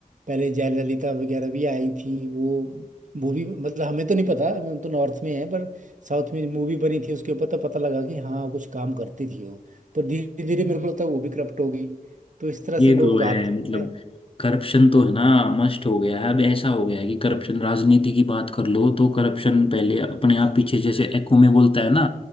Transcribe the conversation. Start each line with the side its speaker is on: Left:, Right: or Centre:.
Right: पहले जयललिता वगैरह भी आई थी वो मूवी मतलब हमें तो नहीं पता हम तो नॉर्थ में है पर साउथ में मूवी बनी थी उसके ऊपर तो पता लगा कि हाँ कुछ काम करती थी वो पर धीरे धीरे मेरे को लगता है वो भी करप्ट हो गई तो इस तरह
Left: ये
Right: से लोग
Left: तो है
Right: आते
Left: मतलब
Right: हैं
Left: करप्शन तो है ना मस्ट हो गया है अब ऐसा हो गया है कि करप्शन राजनीति की बात कर लो तो करप्शन पहले अपने आप पीछे जैसे एको में बोलता है ना